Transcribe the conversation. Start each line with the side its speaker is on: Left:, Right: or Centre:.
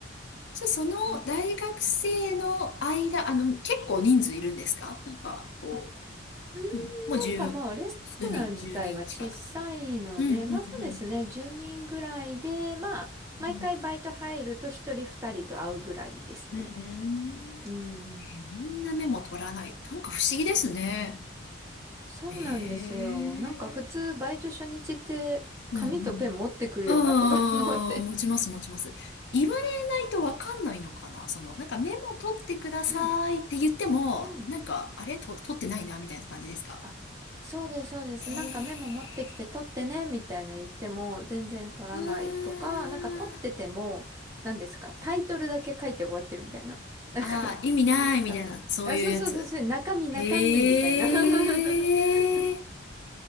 Left: じゃあ、その大学生の間、
Right: なんうん。
Left: あの、結構人数いるんですかなんか、こ
Right: あ、うーん、
Left: う、うん、もう十数人、
Right: なんかまあレストラン自体は小さいので、
Left: 十人近く。うん、うん、
Right: まあそうですね。
Left: うん。
Right: 10人ぐらいで、まあ毎回バイト入ると1人2人と会うぐらいですね。
Left: うん、うん。
Right: うん。
Left: えーみんなメモ取らない。なんか不思議ですね。
Right: そうなんですよ。
Left: え
Right: なんか普通バイト初日って紙とペン持ってくるよなとか
Left: えうんうん。ああ、
Right: <laughs> 思って。
Left: 持ちます、持ちます。言われないとわかんないのかなその、なんかメモ取ってくださいって言っても、
Right: うん、うん。
Left: なんか、あれと、取ってないな、みたいな感じですか
Right: あ、そうです、そうです。
Left: ええ
Right: なんかメモ持ってきて取ってね、みたいな言っても全然取らないとか、
Left: うわー。
Right: なんか取ってても、何ですか、タイトルだけ書いて終わってるみたいな。<laughs>
Left: ああ、意味ないみたいな、
Right: なんか、
Left: そういうやつ。
Right: あ、あそうそうそうそう、中身中身みたいな。
Left: ええ
Right: <laughs>